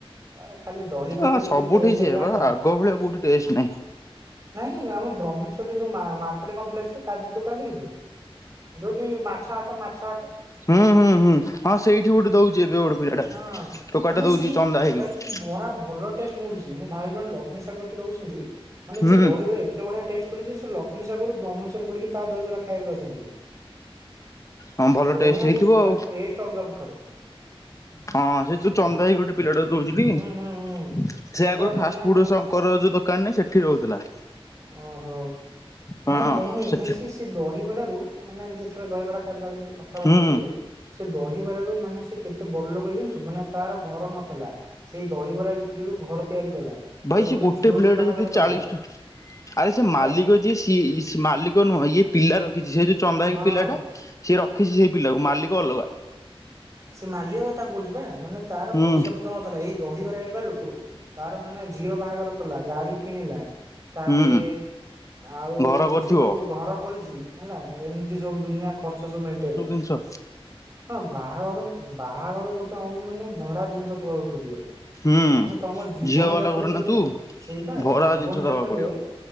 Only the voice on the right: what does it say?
ଆ ଖାଲି ଦହି ପକେଇଲେ
ଯଦି
ଟେଷ୍ଟ
ହେଇଯାଆନ୍ତା
ନାଇଁ ଆମ ବ୍ରହ୍ମେଶ୍ୱରେଉ ମା ମାର୍କେଟ କମ୍ପ୍ଲେକ୍ସରେ କାର ଦୋକାନ ଦେଖିଚୁ? ଯୋଉଟିି ମାଛ ହାଟ ମାଛ ହାଟ
ହଁ
ମାନେ
ସିଏ
ଭାଇ ବରା ଭଲ ଟେଷ୍ଟ ବଡ଼ୁଚି ମୋ ଭାଇ ଜଣେ ଲକ୍ଷ୍ମୀ ସାଗରଟି ରହୁଛନ୍ତି ମାନେ
ସେ ଦହିବାର ଏ ତେ ବଢିଆ ଟେଷ୍ଟ କରିଚି ସେଲକ୍ଷ୍ମୀ ସାଗରରୁ ବ୍ରହ୍ମେଶ୍ୱର ପିଟିକି ତାଦହିବାର ଖାଇବାକୁ ଆସନ୍ତି।
ବଢିଆ
କରୁଛି
ଭାଇ ଟେଷ୍ଟ ଅଲଗା ପକାର।
ହୁଁ ହୁଁ ହୁଁ।
ତ ମାନେ
ଓହୋ
ମାନେ କହୁନି
ଭାଇ ସେସ୍ ସେ ଦହିବରା ରୁ ମାନେ ଏମିତି ଥରେ ଦହିବରା ଖାଇଲା ବେଳେ ଏମିତି କଥାବାର୍ତା
ହଉଥୁଲୁ। ସେ ଦହିବରାରୁ ମାନେ ସେ କେତେ ବଡ଼ ଲୋକ ହେଈଛି ଜାଣିଛୁ ମାନେ ତାର ଘର ନଥେଲା। ସେଇ ଦହିବରା ବିକ୍ରି ରୁ ଘର ତିଆରି କଲା। ତାର
ଝୁଅ
ବି ବାହାଘର
କଲା
ହେଲା
ହଁ
ସେ ମାଲିକ କଥା କହୁଛି ବା ମାନେ ତାର
ପଇସା ପତର ନ ଏଇ ଦହିବରା ବେପାରରୁ ତାର ମାନେ ଝିଅ ବାହାଘର କଲା ଗାଡି କିଣିଲା। ତାପରେ
ଆଉ
ଜିନିଷ
ଯଉ ଘର କରିଛି। ହେଲା ଏମିତି ସବୁ ଦୁନିଆ ଖର୍ଚ ସବୁ ମେଣ୍ଟେଇଲା।
ହଁ ବାହାଘର ବାହାଘର ଗୋଟେ ହବ ମାନେ ଭରା ଜିନିଷ ଥୋଈବାକୁ ପଡିବ।
ମାନେ ତମ ଜୀବନ
ଯାକରେ
ତମେ
ସେଇବା
ଜୀବନ
ଯାକରେ।